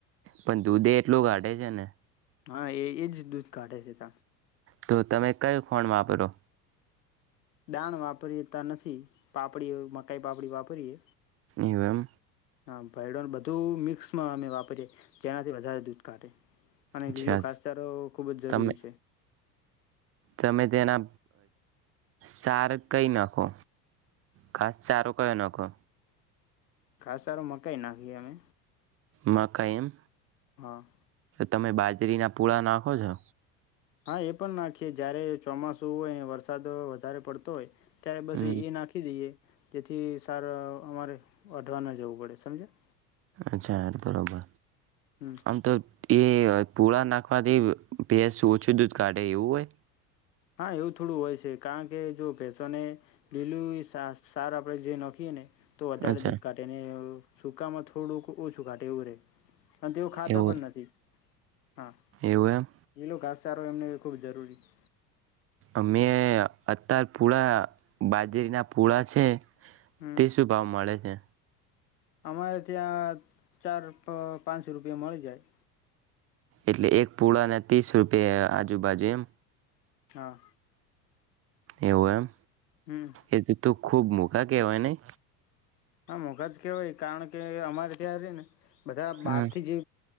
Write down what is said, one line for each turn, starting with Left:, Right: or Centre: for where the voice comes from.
Right: પણ દૂધે એટલું કાઢે છે ને
Left: હા એ એજ દૂધ કાઢે છે ત
Right: તો તમે કયું ફણ વાપરો
Left: દાણ વાપરીએ નથી પાપડી મકાઈ પાપડી વાપરીએ
Right: એવરમ
Left: હા ભડન બધું મિક્સમાં અમે વાપરીએ તેનાથી વધારે દૂધ કાઢે અને
Right: અચ્છા
Left: લીલો ખાસચારો ખૂબ જ જરૂરી
Right: તમે
Left: છે
Right: તમે તેના સાર કઈ નાખો ખાસ સારો કયો નાખો
Left: ખાસ સારું મકાઈ નાખીએ અમે
Right: મકાયમ
Left: હા
Right: તમે બાજરીના પૂળા નાખો છો
Left: હા એ પણ નાખીએ જયારે ચોમાસું હોય વરસાદ વધારે પડતો હોય ત્યારે બસ
Right: હમ
Left: એ એ નાખી દઈએ. જેથી સાર અમારે વાઢવા ના જવું પડે સમજયા.
Right: અચ્છા બરોબર
Left: હમ
Right: આમ તો એ પૂળા નાખવાથી ભેસ ઓછું દૂધ કાઢે એવું હોય?
Left: હા એવું થોડું હોય છે કારણ કે જો ભેંસોને લીલું સા સાર આપડે જે નાખીએ ને તો વધારે
Right: અચ્છા
Left: દૂધ કાઢેને એવું સૂકામાં થોડુંક ઓછું ઘાટે એવું રેહ. અને તેઓ ખાતા
Right: એવું
Left: પણ નથી. હા,
Right: એવું
Left: લીલું ઘાસ સારો એમને ખૂબ જરૂરી છે.
Right: અમે અતાર પૂળા બાજરીના પૂળા છે.
Left: હમ
Right: તે શું ભાવ મળે છે?
Left: અમારે ત્યાં ચાર રૂપ પાંચ રૂપિયે મળી જાય.
Right: એટલે એક પુળાના ત્રીસ રૂપિયા આજુબાજુ એમ.
Left: હા.
Right: એવું એમ.
Left: હમ
Right: એજ તું ખૂબ મુઘા કહેવાય નઈ?
Left: હા મુઘાજ કેવાય કારણ કે અમારે ત્યાં ર ને બધા
Right: હમ
Left: બહાર થી જે